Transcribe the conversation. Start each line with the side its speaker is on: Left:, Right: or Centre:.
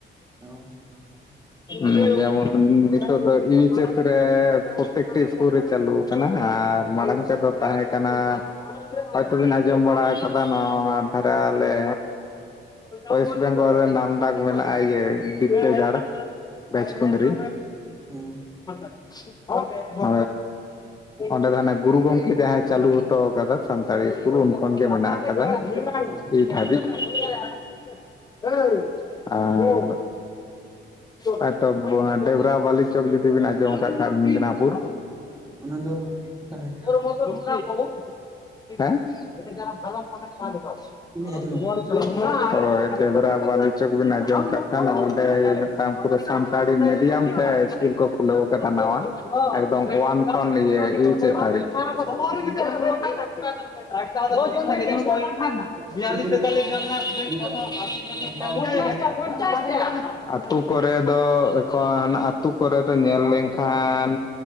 Right: ᱚ
Left: ᱡᱮᱢᱚᱱ ᱱᱤᱛᱳᱜ ᱫᱚ ᱤᱭᱤᱪᱮᱥ ᱨᱮ ᱯᱮᱠᱴᱤᱥ ᱠᱚᱩᱞᱨᱮ ᱪᱟᱹᱞᱩ ᱠᱟᱱᱟ ᱟᱨ ᱢᱟᱲᱟᱝ ᱛᱮᱫ ᱛᱟᱦᱮᱸ ᱠᱟᱱᱟ᱾ ᱦᱚᱭ ᱛᱚᱵᱤᱱ ᱟᱸᱡᱚᱢ ᱵᱟᱲᱟ ᱠᱟᱫᱟ ᱱᱚᱣᱟ ᱟᱨ ᱫᱷᱟᱨᱮ ᱟᱞᱮ ᱳᱭᱮᱥᱴ ᱵᱮᱝᱜᱚᱞ ᱰᱟᱠ ᱢᱮᱱᱟᱜᱼᱟ ᱤᱭᱟᱹ ᱵᱤᱫᱫᱟᱹ ᱜᱟᱲ ᱵᱮᱪ
Right: ᱦᱮᱸ
Left: ᱠᱩᱱᱫᱨᱤ᱾
Right: ᱦᱮᱸ
Left: <inaudible> ᱚᱸᱰᱮ ᱫᱚ ᱦᱟᱱᱮ ᱜᱩᱨᱩ ᱜᱚᱝᱠᱮ ᱡᱟᱦᱟᱸᱭ ᱪᱟᱹᱞᱩ ᱦᱚᱴᱚᱣᱟ ᱠᱟᱫᱟ ᱥᱟᱱᱛᱟᱲᱤ ᱤᱥᱠᱩᱞ ᱩᱱ ᱠᱷᱚᱱ ᱜᱮ ᱢᱮᱱᱟᱜᱼᱟ᱾ <inaudible>
Right: ᱚ
Left: ᱦᱳᱭ ᱛᱚ ᱵᱚ ᱰᱮᱵᱽᱨᱟ ᱵᱟᱞᱤ ᱪᱚᱠ ᱡᱩᱫᱤ ᱵᱮᱱ ᱟᱸᱡᱚᱢ ᱠᱫ ᱠᱷᱟᱱ ᱢᱮᱫᱽᱱᱟᱯᱩᱨ᱾
Right: ᱚᱱᱟ ᱫᱚ ᱚᱠᱟ <unintelligible>
Left: <unintelligible> ᱦᱮᱸ
Right: ᱟᱸᱡᱚᱢ
Left: <unintelligible> <inaudible> <inaudible> <inaudible> <unintelligible>
Right: ᱟᱹᱛᱩ ᱠᱚᱨᱮ ᱫᱚ
Left: <inaudible>
Right: ᱤᱭᱟᱹ ᱥᱟᱱᱛᱟᱲ ᱤᱥᱠᱩᱞ ᱫᱚ ᱵᱟᱝ
Left: ᱟᱛᱳ ᱠᱚᱨᱮ ᱫᱚ ᱮᱠᱷᱚᱱ ᱟᱛᱳ ᱠᱚᱨᱮ ᱫᱚ ᱧᱮᱞ ᱞᱮᱱᱠᱷᱟᱱ